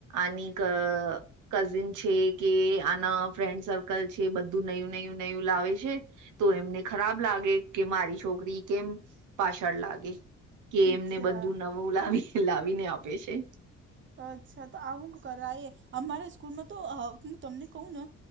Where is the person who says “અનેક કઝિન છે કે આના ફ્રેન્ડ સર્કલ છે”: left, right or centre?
Right